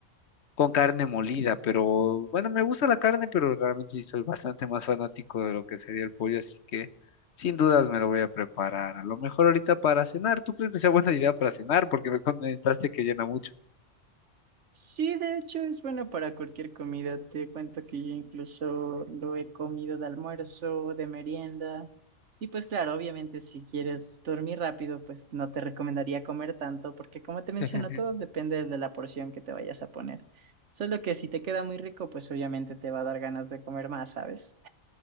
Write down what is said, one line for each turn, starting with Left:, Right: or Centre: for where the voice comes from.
Left: con carne molida, pero bueno, me gusta la carne, pero realmente sí soy bastante más fanático de lo que sería el pollo, así que sin dudas me lo voy a preparar. A lo mejor ahorita para cenar, ¿tú crees que sea buena idea para cenar? Porque me comentaste que llena mucho.
Right: Sí, de hecho es bueno para cualquier comida. Te cuento que yo incluso lo he comido de almuerzo, de merienda. Y pues claro, obviamente si quieres dormir rápido, pues no te recomendaría comer tanto, porque como te menciono,
Left: <laughs>
Right: todo depende de la porción que te vayas a poner. Solo que si te queda muy rico, pues obviamente te va a dar ganas de comer más, ¿sabes?